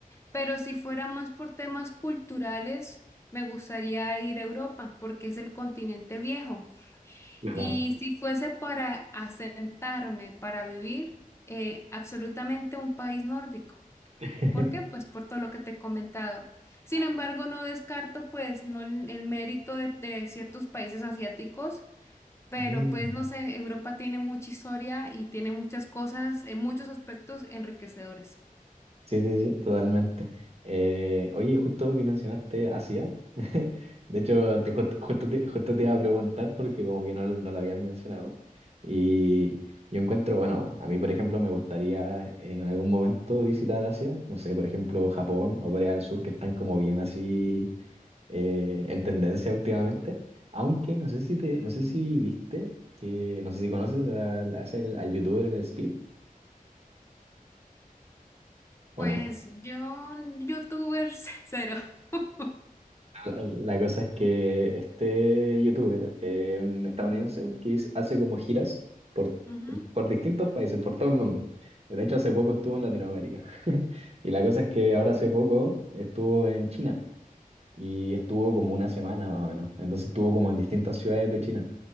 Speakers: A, on the left; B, on the right.
A: Pero si fuera más por temas culturales, me gustaría ir a Europa porque es el continente viejo.
B: Claro,
A: Y
B: No.
A: si fuese para asentarme, para vivir, eh, absolutamente un país nórdico.
B: <laughs>
A: ¿Por qué? Pues por todo lo que te he comentado. Sin
B: claro.
A: embargo, no descarto pues no el, el mérito de, de ciertos países asiáticos, pero
B: Mm.
A: pues no sé, Europa tiene mucha historia y tiene muchas cosas, en muchos aspectos enriquecedores.
B: Sí, sí, sí, totalmente. Eh, oye, justo que mencionaste Asia, <laughs> de hecho, te- justo, justo te, justo te iba a preguntar porque como que no, lo- no lo habías mencionado. Y yo encuentro, bueno, a mí, por ejemplo, me gustaría en algún momento visitar Asia, no sé, por ejemplo, Japón o Corea del Sur, que están como bien así eh, en tendencia últimamente. Aunque no sé si te, no sé si viste, que no sé si conoces al, a ese- al youtuber, el Speed, ¿o
A: Pues
B: no?
A: yo, youtubers <laughs> cero. <laughs>
B: La la cosa es que este youtuber, eh, un estadounidense, que es- hace como giras por,
A: Ujú.
B: por distintos países, por todo el mundo. De hecho, hace poco estuvo en Latinoamérica. <laughs> Y la cosa es que ahora hace poco estuvo en China y estuvo como una semana más o menos. Entonces estuvo como en distintas ciudades de China